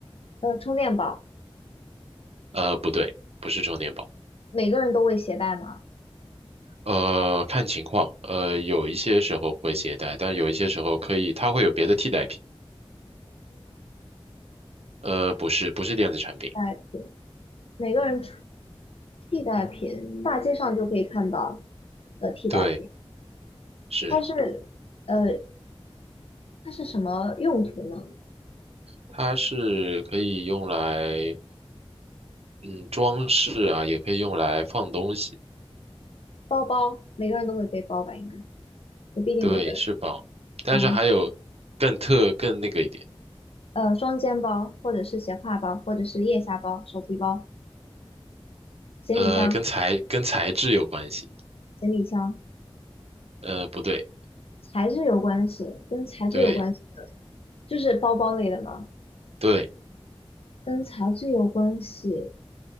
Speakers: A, on the left; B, on the right.
A: 呃，充电宝
B: 呃，不对，不是充电宝，
A: 每个人都会携带吗？
B: 呃，看情况，呃，有一些时候会携带，但有一些时候可以，它会有别的替代品，呃，不是不是电子产品，
A: 代品，每个人出替代品，大街上就可以看到的替代品。
B: 对，是
A: 它是，呃，它是什么用途呢？
B: 它是可以用来。嗯，装饰啊，也可以用来放东西，
A: 包包，每个人都会背包吧？应该也不一定每个人。
B: 对，是宝。但是还有更特更那个一点，
A: 啊，呃，双肩包，或者是斜挎包，或者是腋下包、手提包、行李箱、
B: 呃，跟材跟材质有关系，
A: 行李箱，
B: 呃，不对，
A: 材质有关系，跟材质有关系的，
B: 对
A: 就是包包类的嘛，
B: 对，
A: 跟材质有关系，